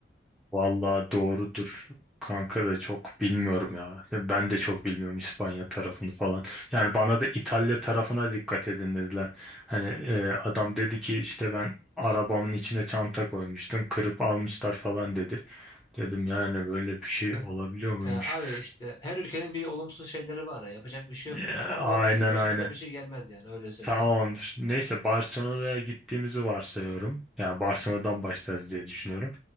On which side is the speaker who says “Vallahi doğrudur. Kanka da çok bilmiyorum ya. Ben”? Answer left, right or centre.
Centre